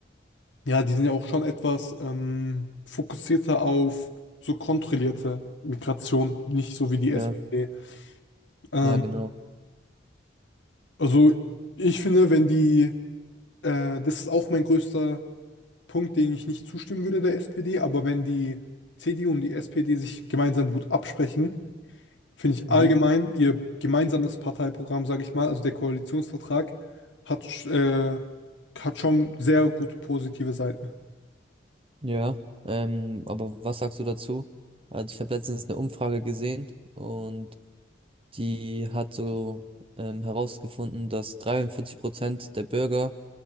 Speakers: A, on the left; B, on the right.
A: Ja, die sind ja auch schon etwas ähm, fokussierter auf so kontrollierte Migration, nicht so wie die
B: Ja.
A: SPD. Ähm,
B: Ja, genau.
A: also ich finde, wenn die, äh, das ist auch mein größter Punkt, den ich nicht zustimmen würde der SPD, aber wenn die CDU und die SPD sich gemeinsam gut absprechen, finde ich
B: Mhm.
A: allgemein ihr gemeinsames Parteiprogramm, sage ich mal, also der Koalitionsvertrag, hat, sch- äh, hat schon sehr gute positive Seiten.
B: Ja, ähm, aber was sagst du dazu? Also ich habe letztens eine Umfrage gesehen und die hat so ähm, herausgefunden, dass 43 Prozent der Bürger